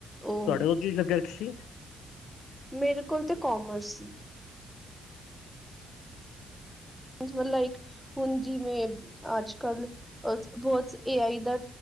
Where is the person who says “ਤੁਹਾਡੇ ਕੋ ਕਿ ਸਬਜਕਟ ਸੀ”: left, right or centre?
Left